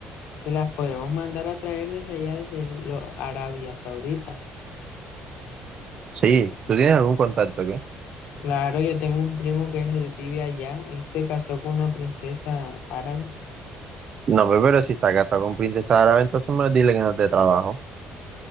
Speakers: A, on the left; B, on the right.
A: Y las podemos mandar a traer desde allá, desde lo- Arabia Saudita.
B: Sí, ¿tú tienes algún contacto, qué?
A: Claro, yo tengo un primo que es- vive allá. Él se casó con una princesa árabe.
B: No, pe- pero si está casado con princesa árabe, entonces me dile que no te trabajo.